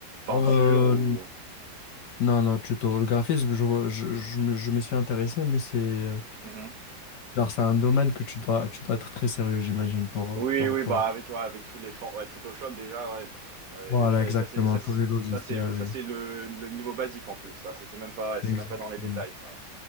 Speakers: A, on the right; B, on the left.
A: peinture
B: Euh,
A: ou?
B: non, non, tuto. Le graphisme, je, vois- je, je, me- je m'y suis intéressé, mais c'est euh,
A: Mhm.
B: genre, c'est un domaine que tu dois, tu dois être très sérieux, j'imagine, pour,
A: Oui,
B: euh, pour,
A: oui,
B: pour...
A: bah, avec ouais, avec tous les for ouais, Photoshop déjà, ouais, pff, ouais,
B: Voilà,
A: ça
B: exactement,
A: ça c'est ça
B: tous
A: c'est
B: les logiciels.
A: ça c'est ça c'est le le niveau basique en plus, ça. Ça, c'est même pas ouais, c'est
B: et- Exactement.
A: même pas dans les détails ça,